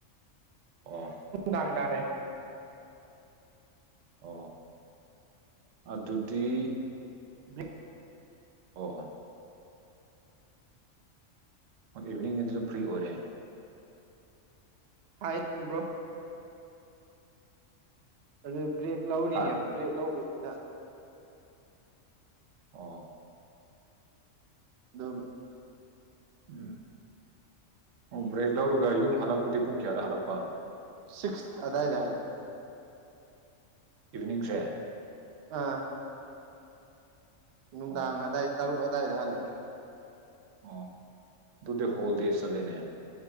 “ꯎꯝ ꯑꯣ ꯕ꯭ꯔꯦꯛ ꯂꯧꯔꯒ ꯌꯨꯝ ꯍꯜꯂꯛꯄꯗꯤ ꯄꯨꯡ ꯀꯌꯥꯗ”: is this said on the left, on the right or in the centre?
Right